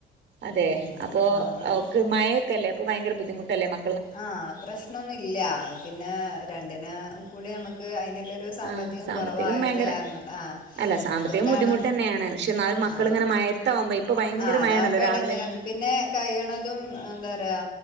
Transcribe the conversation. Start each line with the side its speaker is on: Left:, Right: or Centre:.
Right: അതെ
Left: ഉം
Right: അപ്പൊ
Left: ആ ഓള്
Right: അവക്ക് മഴയൊക്കെല്ലേ ഭയങ്ക ബുദ്ധിമുട്ടല്ലേ മ
Left: ആ പ്രശ്നൊന്നുമില്ല പിന്നെ രണ്ടിന കൂടി നമക്ക് ക്ക് ആയി സാമ്പത്തികം
Right: ആഹ്
Left: കുറവായത്
Right: ഭയങ്കര
Left: കാരണം ആ
Right: അല്ല സാമ്പത്തികം
Left: അതുകൊണ്ടാണ്
Right: ബുദ്ധിമുട്ട് തന്നെയാണ് പക്ഷെ എന്നാലും മക്കളിങ്ങനെ
Left: ആ
Right: മയത്താവുമ്പോ ഇപ്പൊ ഭയങ്കര
Left: ആ അതകുമ്പോ
Right: മഴയാണല്ലോ
Left: ഇടങ്ങേറ്
Right: രാവിലെ
Left: പിന്നെ കഴിയണതും എന്താ പറയാ